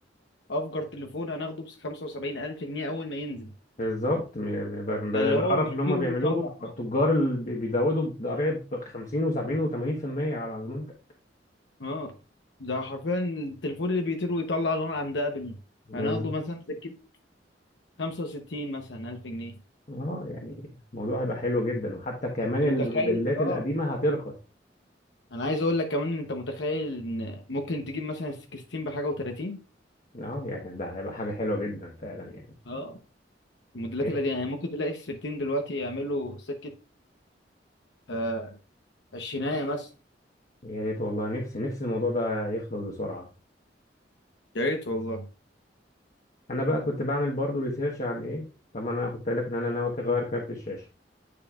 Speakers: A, on the left; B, on the left.
A: افجر تليفون هناخده ب 75 الف جنيه اول ما ينزل
B: بالظبط م- م- ب- بدل
A: ده اللي هو
B: القرف
A: بيطير
B: اللي هم بيعملوه
A: ويطلع
B: بيبقى
A: اه
B: التجار اللي بي- بيزودوا بضرائب 50 و70 و80% على المنتج
A: آه. ده حرفيا التليفون اللي بيطير ويطلع نار عند ابل
B: بالظبط
A: هناخده مثلا سكة 65 مثلا 1000 جنيه
B: اه يعني الموضوع هيبقى حلو جدا وحتى كمان
A: انت
B: الموديلات
A: متخيل اه
B: القديمه هترخص
A: انا عايز اقول لك كمان إن انت متخيل ان ممكن تجيب مثلا 16 بحاجه و30
B: اه يعني ده هيبقى حاجه حلوه جدا فعلا يعني
A: اه الموديلات
B: إيه؟
A: اللي دي يعني ممكن تلاقي ال 16 دلوقتي يعملوا سكه آه عشرينية مثلا
B: يا ريت والله نفسي نفسي الموضوع ده يخلص بسرعه
A: يا ريت والله
B: انا بقى كنت بعمل برضو ريسيرش عن ايه طبعا انا كنت قايل لك ان انا ناوي اغير كارت الشاشه